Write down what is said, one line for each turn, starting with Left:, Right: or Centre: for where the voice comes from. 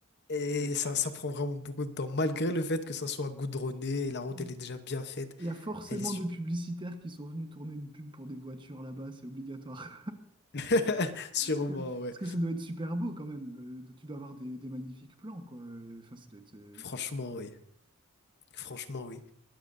Left: Et
Right: Euh,
Left: ça, ça prend vraiment beaucoup de temps, malgré le fait que ça soit goudronné, la route
Right: Il
Left: elle est déjà bien faite,
Right: il y a forcément
Left: elle est super.
Right: des publicitaires qui sont venus tourner une pub pour des voitures là-bas, c'est obligatoire.
Left: <laughs> Sûrement,
Right: Parce que, parce
Left: ouais.
Right: que ça doit être super beau quand même. Euh, tu dois avoir des, des magnifiques plans, quoi. Euh, Enfin, ça doit être. euh,
Left: Franchement, oui. Franchement, oui.